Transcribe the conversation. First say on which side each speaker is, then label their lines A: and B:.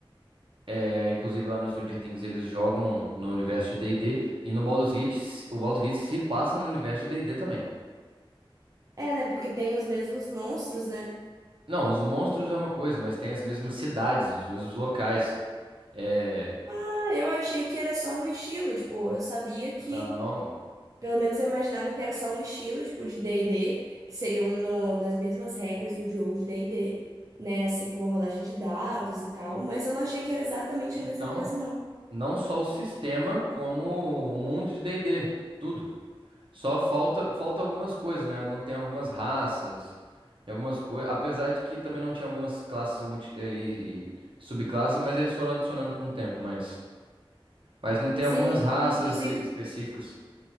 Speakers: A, on the right; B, on the right.
A: é, inclusive, lá no Stranger Things, eles jogam no universo de D&D, e D, e no Baldur's Gate, se- o Baldur's Gate se passa no universo de D&D também.
B: É, né? Porque tem os mesmos monstros, né?
A: Não, os monstros é uma coisa, mas tem as mesmas cidades, os mesmos locais. É,
B: Ah, eu achei que era só um estilo, tipo, eu sabia que,
A: não.
B: pelo menos eu imaginava que era só um estilo, tipo, de D&D, que seriam no- nas mesmas regras do jogo de D&D, né? Assim como a rolagem de dados e tal, mas eu não achei que era exatamente
A: Então,
B: a mesma coisa, não.
A: não só o sistema, como o mundo de D&D, tudo. Só falta, falta algumas coisas, né? Não tem algumas raças e algumas coisas. Apesar de que também não tinha algumas classes multi- eh, e, e subclasses, mas eles foram adicionando com o tempo. Mas, mas não tem
B: Sim,
A: algumas raças
B: inclusive,
A: e- específicas.